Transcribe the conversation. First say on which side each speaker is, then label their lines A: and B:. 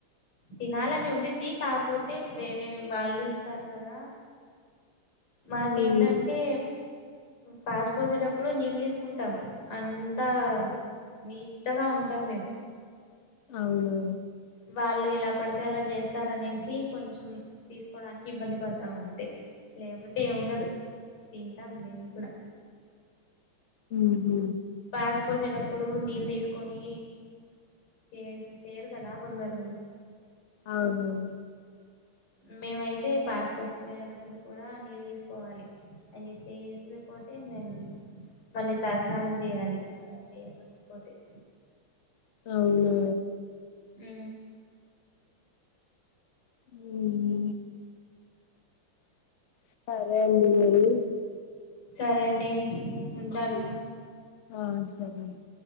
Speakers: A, on the left; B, on the left.
A: తినాలనుండిద్ధి కాపోతే వేరే వాళ్ళు ఇస్తారు కదా మాకేంటంటే
B: హ్మ్
A: పాస్ పోసేటప్పుడు నీళ్ తీస్కుంటాం అంతా నీష్టగా ఉంటాం మేం
B: అవునా
A: వాళ్ళు ఎలా పడితే అలా చేస్తారనేసి కొంచెం తీస్కోడానికి ఇబ్బంది పడతాం అంతే లేపోతే ఏముండదు తింటాం మేము కూడా
B: ఉహు
A: పేస్ పోసేటప్పుడు నీళ్ తీస్కుని చేస్ చేయరు కదా కొందరు
B: అవును
A: మేమైతే పాస్ పోస్కునేటప్పుడు కూడా నీళ్ తీస్పోవాలి అయితేఏసేపోతే మేం మళ్ళీ తలస్నానం చేయాలి అలా చేయక పోతే పోతాయ్
B: అవునా
A: ఊ
B: ఊ సరే అండిమరి
A: సరే అండి ఉంటాను
B: ఊ ఆ సరే అండి